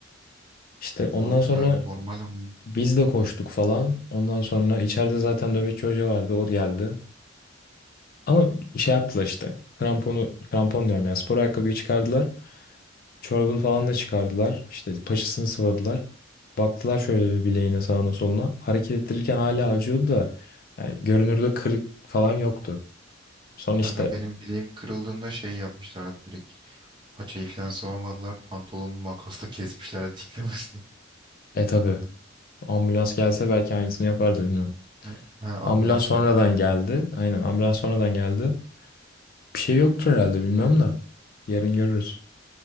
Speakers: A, on the left (about 50°); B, on the right (about 25°).
A: İşte ondan
B: O
A: sonra
B: yani normal ama yani.
A: biz de koştuk falan. Ondan sonra içeride zaten nöbetçi hoca vardı o geldi. Ama şey yaptılar işte kramponu, krampon diyorum ya spor ayakkabıyı çıkardılar. Çorabını falan da çıkardılar. İşte paçasını sıvadılar. Baktılar şöyle bir bileğine sağına soluna. Hareket ettirirken hala acıyordu da yani görünürde kırık falan yoktu. Sonra işte
B: Kanka benim bileğim kırıldığında şey yapmışlardı direkt. Paçayı falan sıvamadılar. Pantolonumu makasla kesmişlerdi diklemesine. <laughs>
A: e tabi ambulans gelse belki aynısını yapardı bilmiyorum.
B: Ha, ha ambulansla
A: Ambulans sonradan
B: yaptılar bana.
A: geldi.
B: da.
A: Aynen ambulans sonradan
B: Ha.
A: geldi. Bir şey yoktur herhalde bilmiyorum da. Yarın görürüz.